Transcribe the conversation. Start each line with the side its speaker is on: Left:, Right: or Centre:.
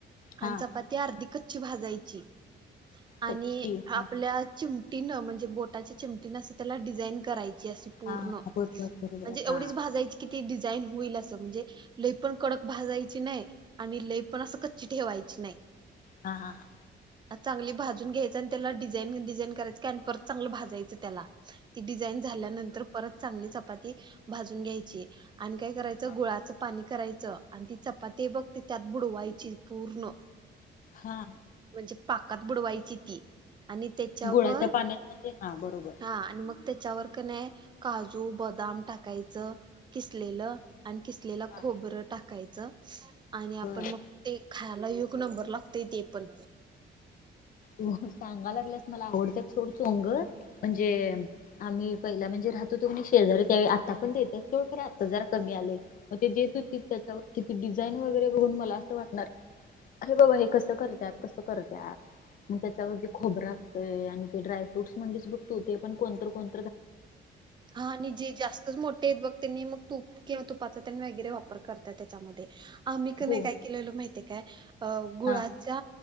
Left: हा
Right: आणि चपाती अर्धि कच च्ची भाजायची. आणि
Left: कच्ची हा
Right: आपल्या चिम टीन म्हणजे बोटाच्या चिमटींन असं त्याला डिझाईन कराय करायची. आशी पूर्ण.
Left: हा बरोबर बरोबर
Right: म्हणजे येवडीचं
Left: हा
Right: भाजायची कीं डिझान होईल अस. म्हणजे लई पण कडक भाजायची नाही. आणि लई पण अस कच्ची ठेवायची नाही.
Left: हा हा हा
Right: चांगली भाजून घ्यायचं आणि त्याला डिझाईन डिझाईन करायचं. की आणि परत चांगलं भाजायचं त्याला. ती डिझाईन झाल्यानंतर परत चांगली चपाती भाजून घ्यायची. आणि काय करायचं
Left: हा
Right: गुळाचं पाणी करायचं. आणि ती चपाती बघ ते त्यात बुडवायची पूर्ण.
Left: हा
Right: म्हणजे पाकात बुडवायची ती. आणि त्याच्यावर
Left: गुळाच्या पाण्यात ते हा बरोबर
Right: हा आणि मग त्याच्यावर का नाही, काजू बदाम टाकायचं किसलेलं. आणि खिसलेला
Left: हा
Right: खोबरं टाकायचं. आणि आपण
Left: बर
Right: मग ते खायला एक नंबर लागतय ते पण.
Left: हो सांगा लागल्या मला आवडतात थोड शोंग. म्हणजे आम्ही पहिला म्हणजे राहत होतो की नाही शेजारी त्या आता पण देत्या. सोड आत्ता जरा कमी आलेय. मग ते देत होती त्याच्यावर तिथती डिझाईन वगैरे बघून मला असं वाटणार अरे बाबा हे कस करत्यात कस करत्यात. म त्याच्यावरती खोबरं असतय आणि ते ड्रायफ्रूट म्हणलीस बघ तु. ते पण कोणतर कोण
Right: हा आणि जे जास्तच मोठे आहेत बघ त्यांनी मग तू किंवा तुपाचा त्यां वगैरे वापर करत त्याच्यामध्ये. आम्ही का
Left: हो
Right: नाही काय केलेलं माहितेय काय? अ गुळाच्या
Left: हा